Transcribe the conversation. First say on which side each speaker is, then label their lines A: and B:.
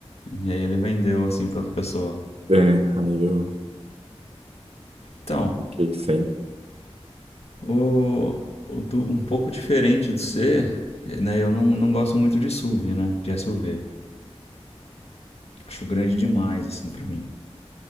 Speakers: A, on the left; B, on the right.
A: E aí ele vendeu assim pra outra pessoa.
B: É, aí eu
A: Então,
B: fiquei sem.
A: O, o do- um pouco diferente do C, né? Eu não, não gosto muito de SUV, né? De SUV. Acho grande demais, assim, pra mim.